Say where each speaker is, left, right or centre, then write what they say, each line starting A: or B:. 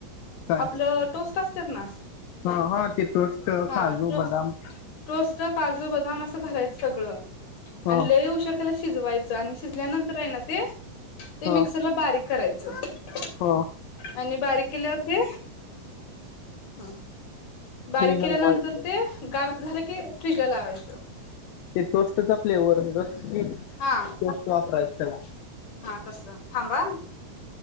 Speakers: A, on the left; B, on the left.
A: काय
B: आपलं टोस्ट असतात ना?
A: ह ह ते टोस्ट
B: हा
A: काजू
B: टो
A: बदाम
B: टोस्ट काजू, बदाम असं घालायचं सगळं
A: ह
B: आणि लई उशीर त्याला शी शिजवायचं आणि शिजल्यानंतर आहे ना ते. ते
A: ह
B: मिक्सरला बारीक करायचं. च्छा
A: ह
B: आणि बारीक केल्यावरती ह बारीक
A: फ्रीजला
B: केल्यानंतर
A: लावायचं
B: ते गा झालं की फ्रीजला लावायचं.
A: ते टोस्टचा फ्लेवर जसं की टोस्ट
B: हा
A: वापराय त्याला
B: हा तस थांबा